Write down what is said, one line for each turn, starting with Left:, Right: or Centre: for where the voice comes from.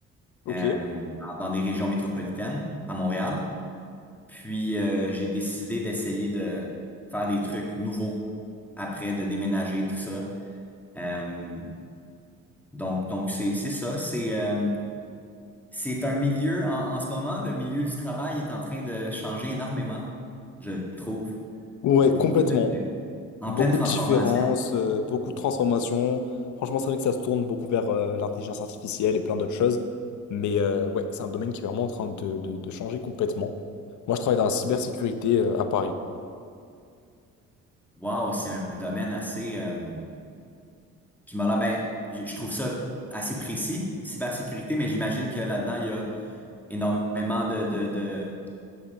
Left: Ok.
Centre: euh, dans, dans des régions métropolitaines, à Montréal. Puis euh, j'ai décidé d'essayer de faire des trucs nouveaux après, de déménager, tout ça. Euh, donc, donc c'est, c'est ça. C'est, euh, c'est un milieu, en, en ce moment, le milieu du travail est en train de changer énormément, je trouve.
Left: Ouais,
Centre: Beaucoup
Left: complètement.
Centre: de, en
Left: Beaucoup
Centre: pleine transformation.
Left: de différences, euh, beaucoup de transformations. Franchement, c'est vrai que ça se tourne beaucoup vers euh, l'intelligence artificielle et plein d'autres choses. Mais euh, ouais, c'est un domaine qui est vraiment en train de, de- de changer complètement. Moi, je travaille dans la cybersécurité euh, à Paris.
Centre: Wow, c'est un domaine assez, euh, Puis je me demandais, ben, je je trouve ça assez précis, cybersécurité, mais j'imagine que là-dedans, il y a énormément de, de, de-